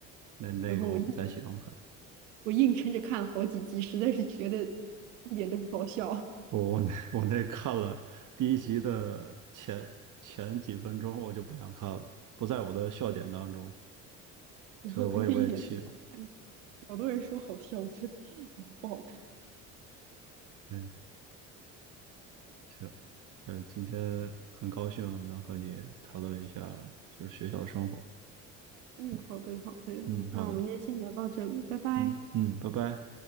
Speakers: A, on the right (about 55°); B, on the right (about 85°).
A: 那那个我不太喜欢看。
B: 然后我硬我硬撑着看了好几集，实在是觉得一点都不好笑。
A: 我我那我那看了第一集的前前几分钟，我就不想看了，不在我的笑点当中，
B: 然后我感觉一点都不好看，
A: 所以我也我也气了。
B: 好多人说好笑，我觉得啊不好看。
A: 嗯，行，呃，今天很高兴能和你讨论一下就是学校的生活。
B: 嗯，
A: 嗯
B: 好的好的，
A: 嗯，
B: 那我们今天先聊到这里，
A: 好的，
B: 拜拜。
A: 嗯嗯，拜拜。